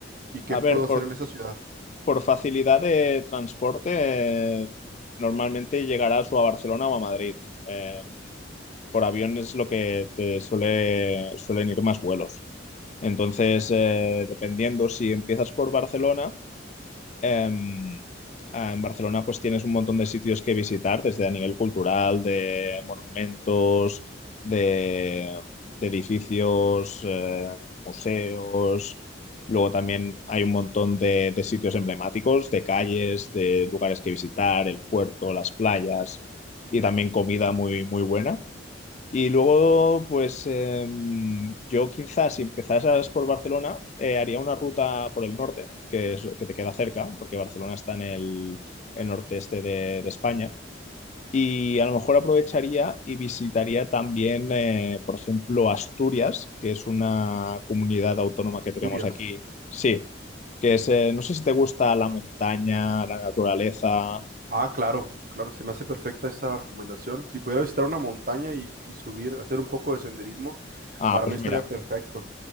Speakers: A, on the right; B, on the left.
A: y qué
B: A
A: puedo
B: ver,
A: hacer
B: por...
A: en esa ciudad,
B: Por facilidad de transporte, eh, normalmente llegarás o a Barcelona o a Madrid. Eh, por avión es lo que te suele, suelen ir más vuelos. Entonces, eh, dependiendo si empiezas por Barcelona, Em, ah, en Barcelona pues tienes un montón de sitios que visitar, desde a nivel cultural, de monumentos, de, de edificios, eh, museos. Luego también hay un montón de, de sitios emblemáticos, de calles, de lugares que visitar, el puerto, las playas y también comida muy, muy buena. Y luego, pues em, yo quizás si empezaras por Barcelona, eh, haría una ruta por el norte, que es que te queda cerca, porque Barcelona está en el, el noreste de, de España. Y a lo mejor aprovecharía y visitaría también, eh, por ejemplo, Asturias, que es una comunidad autónoma que tenemos
A: Asturias.
B: aquí. Sí, que es, eh, no sé si te gusta la montaña, la naturaleza.
A: Ah, claro, claro, se me hace perfecta esa recomendación. Si pudiera visitar una montaña y, y subir, hacer un poco de senderismo,
B: Ah,
A: para
B: pues
A: mí estaría
B: Mm. mira,
A: perfecto.